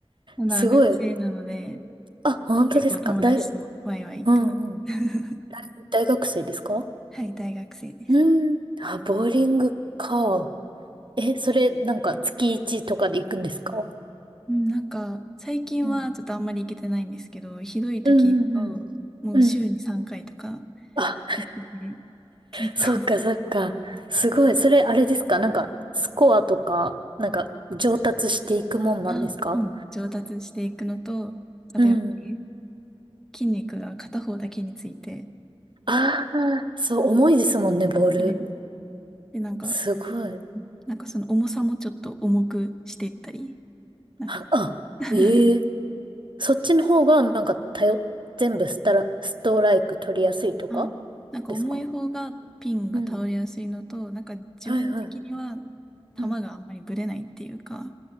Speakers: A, in the centre; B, on the right.
A: まだ学生なので、
B: <laughs> すごい。あ、本当ですか。
A: 結構友達とワイワイ行ってます。
B: 大、うんうん。
A: <laughs>
B: 大学生ですか
A: はい、大学生です。
B: うん。あ、ボーリングか。え、それ、なんか月1とかで行くんですか
A: うん、なんか、最近はちょっとあんまり行けてないんですけど、
B: うん。
A: ひどい時だと、
B: うんうんうん。
A: もう週に3回とか、
B: うん。あ、
A: で結構
B: そっかそっか。すごい。それ、あれですかなんか、スコアとか、なんか、上達していくもんなんですか
A: <laughs> あ、うん、上達していくのと、あとやっぱり
B: うん。
A: 筋肉が片方だけについて、
B: ああ、そう、重いですもんね、ボール。
A: はいで、なんか、
B: すごい。
A: うんなんかその重さもちょっと重くしていったり、なんか
B: はあ、あええ
A: <laughs>
B: そっちの方が、なんか、たよ、全部スタラ、ストライク取りやすいとか
A: あ、なんか重い方がピンが倒れやすいのと、
B: ですかうん。
A: なんか自分的には
B: はいはい。
A: 球があんまりぶれないっていうか、
B: うん。